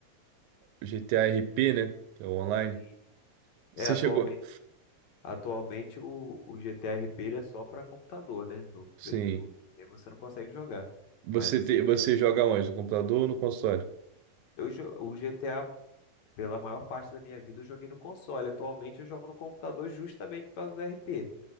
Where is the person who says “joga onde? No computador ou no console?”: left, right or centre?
Right